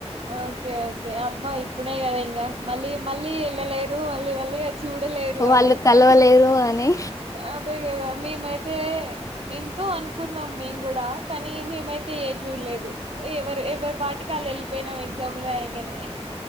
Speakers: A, on the right (about 60°); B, on the left (about 30°).
A: ఓకే ఓకే అబ్బా ఇప్పుడే కదా ఇంకా మళ్ళీ మళ్ళీ వెళ్ళలేరు మళ్ళీ మళ్ళీ చూడలేరు
B: వాళ్ళు
A: ఆ లైైఫ్
B: కలవలేరు
A: ని
B: అని
A: ఆబ్ అదే కదా మేమైతే ఎంతో అనుకున్నాం మేము కూడా కానీ మేమైతే ఏ జూలే లేదు ఎవరు ఎవరు పాటికి వాళ్ళు వెళ్ళిపోయినాం ఎగ్జామ్ లో రాయంగానే